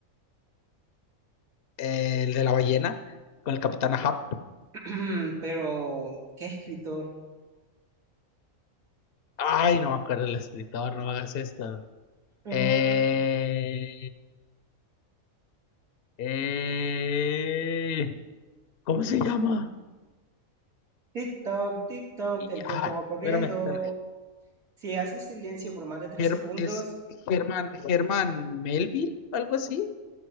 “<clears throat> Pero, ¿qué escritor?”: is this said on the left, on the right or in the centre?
Right